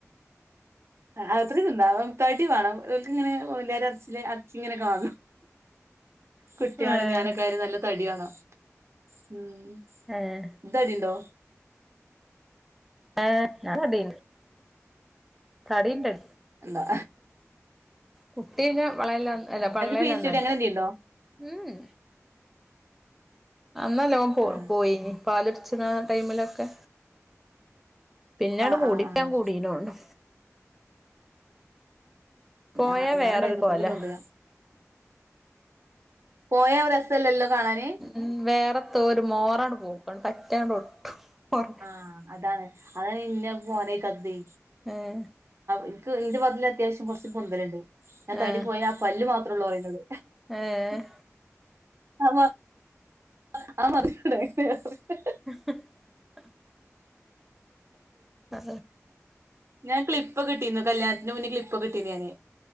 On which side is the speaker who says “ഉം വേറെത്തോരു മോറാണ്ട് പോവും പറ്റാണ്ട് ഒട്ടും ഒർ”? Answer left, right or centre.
Centre